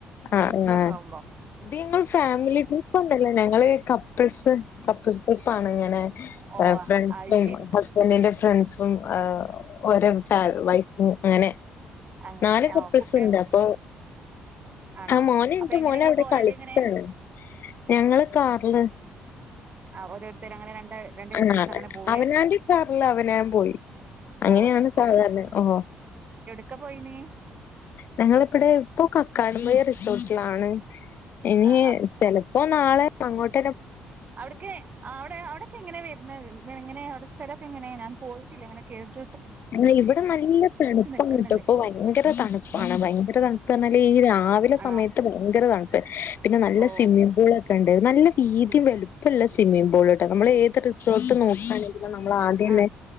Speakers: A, on the left; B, on the right.
A: ആഹ്
B: ബസ്സിലൊക്കെ
A: ആഹ്
B: ആകുമ്പോ
A: ഇത് ഞങ്ങൾ ഫാമിലി ട്രിപ്പ് ഒന്നല്ലേ ഞങ്ങള് കപ്പിൾസ് കപ്പിൾസ് ട്രിപ്പ ആാണ് ഇങ്ങനെ
B: ഓ
A: ഫ്രൻസ്
B: അത് ശരി
A: ഹസ്ബൻഡിന്റെ ഫ്രണ്ട്സും ഓരോ വൈഫും അങ്ങനെ
B: അങ്ങനെ
A: നാല്
B: ആ
A: കപ്പിൾസ്
B: കുട്ടികൾ
A: ഉണ്ട് അപ്പൊ
B: ആണോ
A: ആ മോന
B: അപ്പൊ
A: എ
B: എങ്ങനെ
A: മോന
B: നിങ്ങള്
A: അവിടെ
B: പോയത്
A: കളിക്കാണ്
B: എങ്ങനെ
A: ഞങ്ങള് കാറില്
B: ആ ഓരോരുത്തർ അങ്ങെ രണ്ട് രണ്ട് കപ്പിൾസ്
A: ആഹ
B: അങ്ങനെ പോവേ
A: അവനാന്റെ കാാറല്ല അവന ൻ പോയി അങ്ങനെയാണ്
B: ഓ
A: സാധാരണ ഓഹോ
B: ഒക്കെ പോയിനിീ
A: ഞങ്ങളിപ്പടെ ഇപ്പൊ കക്കാടമയ റിസോർട്ടിലാണ് ഇനി
B: ആ
A: ചെിലപ്പോ നാളെ അങ്ങോട്ട്
B: അവിടക്ക അവിടെ അവിടെൊക്കെ എങ്ങനെ വരുന്നത് എങ്ങനെ അവിടെ സ്ഥലൊക്കെ ഇങ്ങന ഞാൻ പോയിട്ടില്ല ഇങ്ങന കേട്ട്
A: അ ഇവിടെ നല്ല തണുപ്പാണ്
B: നിക്കുന്നുണ്ട്
A: ക കേട്ടോ ഇപ്പൊ ഭയങ്കര തണുപ്പാണ്
B: ഇപ്പൊ
A: ഭയങ്കര തണുപ്പ എന്ന ഈ രാവിലെ
B: ആണോ
A: സമയത്ത് ഭയങ്കരാണ് പിന്നെ നല്ല
B: ഓ
A: സ്വിമ്മിംഗ പൂളൊക്കെ ഉണ്ട് നല്ല രീതിയും
B: സി-
A: വലുപ്പമല്ല സ്വിമ്മിംഗ പൂളിലട്ടോ നമ്മൾ ഏത് റിസോർട്ട് നോക്കാണെങ്കിലും നമ്മൾ ആദ്യം
B: ആ
A: തന്നെ